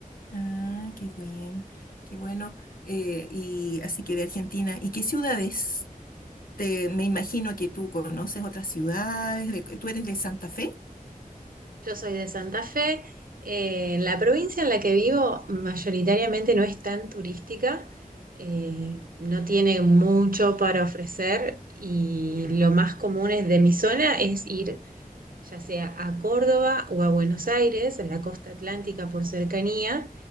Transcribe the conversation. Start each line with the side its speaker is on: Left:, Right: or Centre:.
Left: Ah, qué bien, qué bueno. Eh, y así que de Argentina. ¿Y qué ciudades? Te, me imagino que tú conoces otras ciudades. de- ¿tú eres de Santa Fe?
Right: Yo soy de Santa Fe, eh, en la provincia en la que vivo mayoritariamente no es tan turística, eh, no tiene mucho para ofrecer y lo más común es de mi zona es ir ya sea a Córdoba o a Buenos Aires, en la costa atlántica por cercanía,